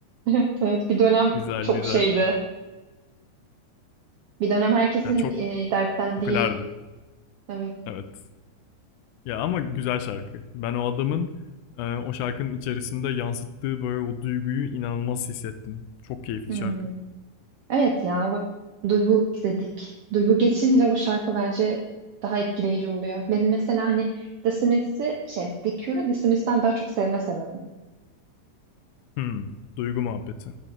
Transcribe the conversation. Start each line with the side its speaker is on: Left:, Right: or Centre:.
Right: Evet, evet. Bir dönem
Left: Güzel
Right: çok
Left: güzel.
Right: şeydi. Bir dönem herkesin
Left: Ya çok
Right: e, dertlendiği.
Left: popülerdi.
Right: Evet.
Left: Evet. Ya ama güzel şarkı. Ben o adamın e, o şarkının içerisinde yansıttığı böyle o duyguyu inanılmaz hissettim. Çok keyifli
Right: Hmm.
Left: şarkı.
Right: Evet ya bak duygu dedik. Duygu geçince bu şarkı bence daha etkileyici oluyor. Benim mesela hani The Smiths'i şey The Cure'u The Smiths'ten daha çok sevme sebebim.
Left: Hmm, duygu muhabbeti.